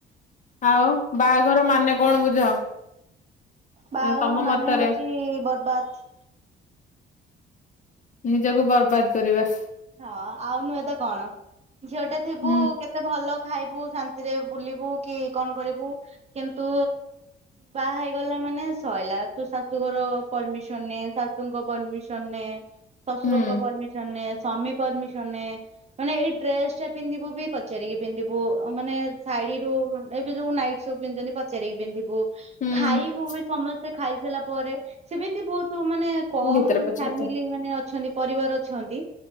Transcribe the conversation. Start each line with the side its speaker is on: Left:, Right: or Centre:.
Left: ଆଉ ବାହାଘର ମାନେ କଣ ବୁଝ?
Right: ବାହାଘର
Left: ମାନେ ତମ
Right: ମାନେ
Left: ମତରେ
Right: ହଉଛି ବରବାଦ।
Left: ନିଜକୁ ବର୍ବାଦ କରିବା।
Right: ହଁ ଆଉ ନୁହେଁ ତ କଣ ଝିଅଟେ ଥିବୁ
Left: ହୁଁ
Right: କେତ ଭଲ ଖାଇବୁ ଶାନ୍ତିରେ ବୁଲିବୁ କି କଣ କରିବୁ କିନ୍ତୁ ବାହା ହେଇଗଲା ମାନେ ସରିଲା ତୁ ଶାଶୁଘର ପରମିସନ ନେ ଶାଶୁଙ୍କ ପରମିସନ ନେ ଶଶୁରଙ୍କ
Left: ହୁଁ
Right: ପରମିସନ ନେ ସମୀ ପରମିସନ ନେ। ମାନେ ଏଇ ଡ୍ରେସ ଟା ପିନ୍ଧିବୁ ବି ପଚାରିକି ପିନ୍ଧିବୁ ମାନେ ଶାଢୀରୁ ଏବେ ଯୋଉ ନାଇଟ ସବୁ ପିନ୍ଧିଛନ୍ତି ପଚାରିକି ପିନ୍ଧିବୁ
Left: ହୁଁ
Right: ଖାଇବୁ ବି ସମସ୍ତେ ଖାଇସାରିଲା ପରେ। ସେମିତି ବହୁତ ମାନେ କମ
Left: ଭିତରେ ପଚାରିଦିଅ
Right: ଫାମିଲି ମାନେ ଅଛନ୍ତି ପରିବାର ଅଛନ୍ତି।